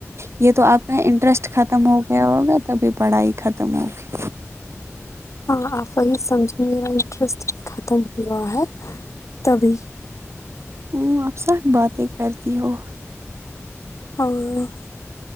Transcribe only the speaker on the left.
ہاں آپ وہی سمجھے میرا انٹرسٹ ختم ہوا ہے تبھی
ہوں